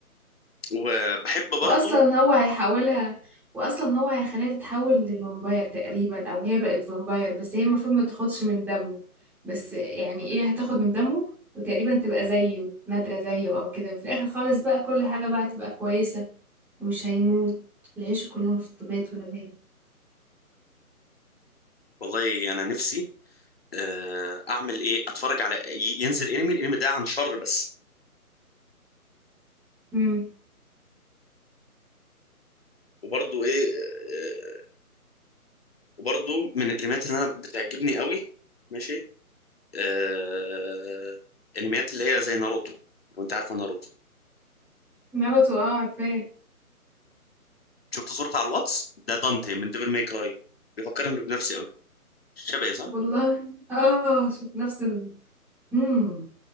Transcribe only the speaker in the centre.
واصلا هو هيحولها واصلا هو هيخليها تتحول لفامباير تقريبا او هي بقت فامباير بس هي المفروض ما تاخدش من دمه بس يعني ايه هتاخد من دمه وتقريبا تبقى زيه نادرة زيه او كده وفي الاخر خالص بقى كل حاجة بقى تبقى كويسة ومش هيموت ويعيشوا كلهم في طبيعة ونبات
امم
ناروتو اه عارفاه
والله اه شوف نفس ال مم.